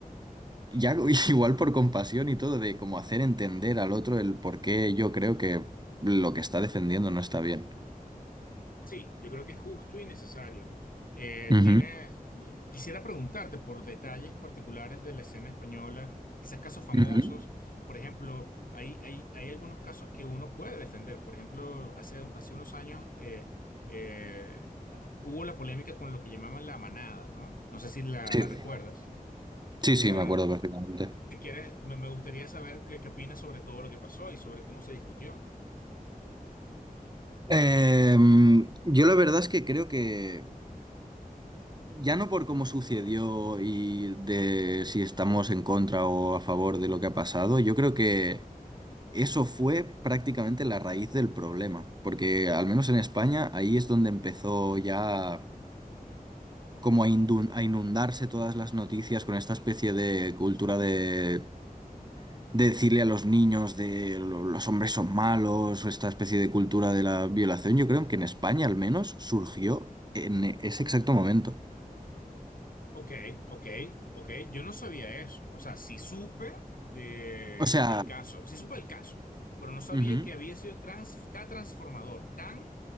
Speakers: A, on the right (about 30°); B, on the left (about 65°).
A: ya <laughs> igual por compasión y todo, de como hacer entender al otro el por qué yo creo que lo que está defendiendo no está bien.
B: Sí, yo creo que es justo y necesario. Eh,
A: Ujú,
B: tienes, eh, quisiera preguntarte por detalles particulares de la escena española, quizás casos famosos.
A: ujú.
B: Por ejemplo, hay, hay, hay algunos casos que uno puede defender. Por ejemplo, hace, hace unos años eh, eh, hubo la polémica con lo que llamaban la manada, ¿no? No sé si la,
A: Sí,
B: la recuerdas.
A: sí,
B: O
A: sí,
B: sea,
A: me acuerdo perfectamente.
B: si quieres, me, me gustaría saber qué, qué opinas sobre todo lo que pasó y sobre cómo se discutió.
A: Em, yo la verdad es que creo que Ya no por cómo sucedió y de si estamos en contra o a favor de lo que ha pasado, yo creo que eso fue prácticamente la raíz del problema, porque al menos en España ahí es donde empezó ya como a indu- a inundarse todas las noticias con esta especie de cultura de, de decirle a los niños de lo- los hombres son malos, o esta especie de cultura de la violación, yo creo que en España al menos surgió en ese exacto momento.
B: Ok, ok, ok. Yo no sabía eso. O sea, sí supe de,
A: O sea...
B: del caso, sí supe el caso, pero no sabía
A: ujú.
B: que había sido trans- tan transformador, tan,